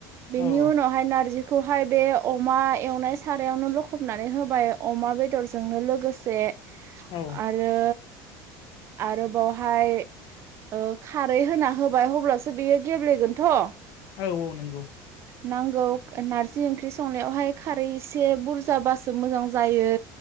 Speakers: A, on the right; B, on the left.
A: बेनि
B: औ
A: उनावहाय नारजि बेखौहाय बे अमा एवनाय सारायावनो लखबनानै होबाय अमा बे बेदरजोंनो लोगोसे
B: औ
A: आरो आरो बावहाय ओ खारै होना होबाय अब्लासो बेयो गेब्लेगोनथ'
B: औ औ नंगौ
A: नांगौ नारजि ओंख्रि संनायावहाय खारै एसे बुरजाबासो मोजां जायो।